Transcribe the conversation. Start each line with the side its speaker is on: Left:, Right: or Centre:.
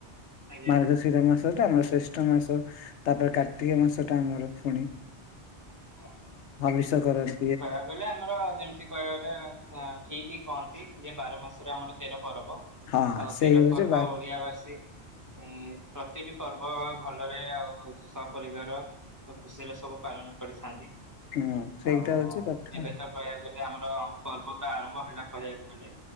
Right: ଆଜ୍ଞା
Left: ମାର୍ଗ ଶୀର ମାସ ଟା ଆମର ଶ୍ରେଷ୍ଠ ମାସ ତାପରେ କାର୍ତ୍ତିକ ମାସ ଟା ଆମର ପୁଣି
Right: ହଁ
Left: ଭବିଷ୍ୟ କରନ
Right: କହିବାକୁ ଗଲେ ଆମର ଯେମିତି କହିବା ଗଲେ ଆ ଠିକ କହନ୍ତି ଯେ ବାର ମାସରେ ଆମର ତେର ପର୍ବ
Left: ହଁ
Right: ଆଉ
Left: ସେଇ
Right: ତେର
Left: ହଉଛି
Right: ପର୍ବ
Left: ବାର
Right: ଓଡିଆବାସୀ ଉଁ ପ୍ରତିଟି ପର୍ବ ଭଲରେ ଆଉ ସପରିବାର ଖୁସିରେ ସବୁ ପାଳନ କରିଥାନ୍ତି।
Left: ହଁ ସେଇଟା
Right: ଆଉ
Left: ହଉଛି କଥା।
Right: ଏବେ ତ କହିବାକୁ ଗଲେ ଆମର ପର୍ବତ ଆରମ୍ଭ ହେଲା କହିବାକୁ ଗଲେ